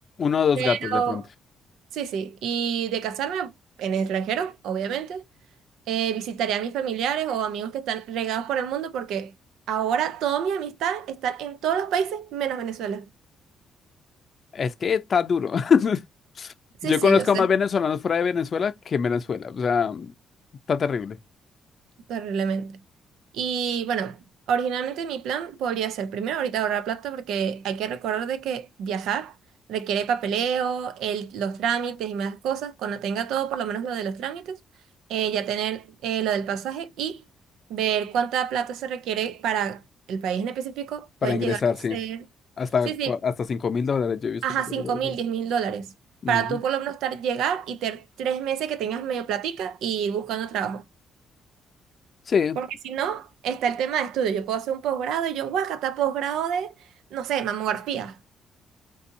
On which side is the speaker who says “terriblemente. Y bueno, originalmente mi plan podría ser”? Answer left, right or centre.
Right